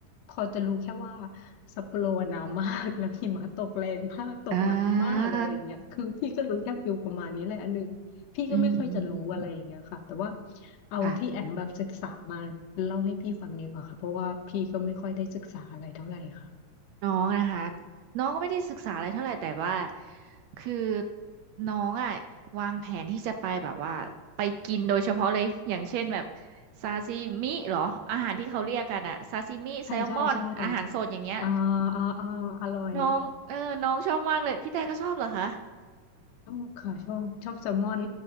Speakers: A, on the left; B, on the right.
A: พอจะรู้แค่ว่าซัปโปโรอะหนาวมาก <laughs> แล้วหิมะตกแรงมากตกหนักมากอะไรอย่างเงี้ยคือพี่ก็รู้แค่ฟิลประมาณนี้แหละอันหนึ่ง
B: อ่า
A: พี่ก็ไม่ค่อยจะรู้อะไรอย่างเงี้ยค่ะแต่ว่า
B: อืมอืมอืม
A: เอาที่แอมแบบศึกษามาเล่าให้พี่ฟังดีกว่าค่ะเพราะว่าพี่ก็ไม่ค่อยได้ศึกษาอะไรเท่าไหร่ค่ะ
B: ค่ะ น้องนะคะน้องก็ไม่ได้ศึกษาอะไรเท่าไหร่แต่ว่าคือน้องอ่ะวางแผนที่จะไปแบบว่าไปกินโดยเฉพาะเลยอย่างเช่นแบบซาซิมิเหรออาหารที่เขาเรียกกันอะซาซิมิแซลมอนอาหารสดอย่างเงี้ย
A: ใช่ใช่ใช่อ่าอ่าอ่าอร่อย
B: น้องเออน้องชอบมากเลยพี่แต่ก็ชอบเหรอคะ
A: ต้องค่ะชอบชอบแซลมอน